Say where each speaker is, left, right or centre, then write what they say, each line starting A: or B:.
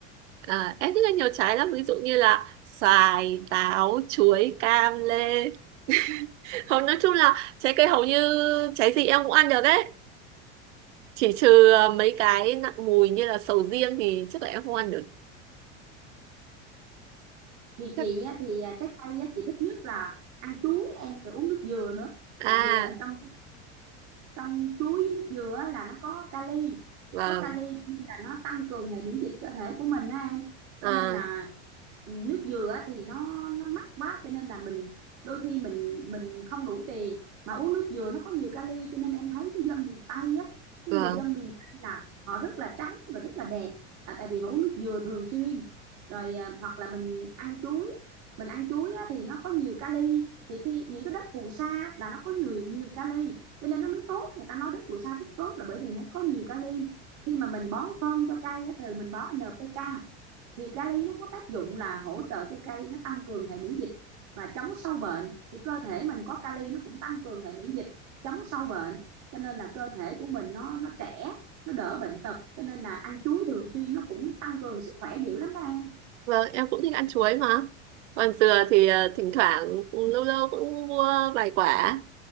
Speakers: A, on the right (about 75°); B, on the right (about 50°).
A: À, em thích ăn nhiều trái lắm, ví dụ như là xoài, táo, chuối, cam, lê. <laughs> Hầu nói chung là trái cây hầu như trái gì em cũng ăn được đấy. Chỉ trừ ờ, mấy cái nặng mùi như là sầu riêng thì chắc là em không ăn được.
B: Thì chị
A: Chắc-
B: á, thì à, trái cây á, chị thích nhất là ăn chuối em rồi uống nước dừa nữa.
A: À,
B: Tại vì à, trong trong chuối với nước dừa á, là nó có kali
A: vâng,
B: có kali cho nên là nó tăng cường hệ miễn dịch cơ thể của mình á em
A: à,
B: cho nên là ừ, nước dừa á thì nó nó mắc quá cho nên là mình đôi khi mình mình không đủ tiền mà uống nước dừa nó có nhiều kali cho nên em thấy cái dân miền Tây á cái
A: vâng.
B: người dân miền Tây là họ rất là trắng và rất là đẹp là tại vì họ uống nước dừa thường xuyên rồi à, hoặc là mình ăn chuối mình ăn chuối á, thì nó có nhiều kali thì khi những cái đất phù sa là nó có nhiều nhiều kali cho nên nó mới tốt người ta nói đất phù sa rất tốt là bởi vì nó có nhiều kali khi mà mình bón phân cho cây á, thường mình bón NPK thì kali nó có tác dụng là hỗ trợ cho cây nó tăng cường hệ miễn dịch và chống sâu bệnh thì cơ thể mình có kali nó cũng tăng cường hệ miễn dịch chống sâu bệnh cho nên là cơ thể của mình nó nó trẻ nó đỡ bệnh tật cho nên là ăn chuối thường xuyên nó cũng tăng cường sức khỏe dữ lắm đó em
A: Vâng, em cũng thích ăn chuối mà. Còn dừa thì ờ, thỉnh thoảng lâu lâu cũng mua vài quả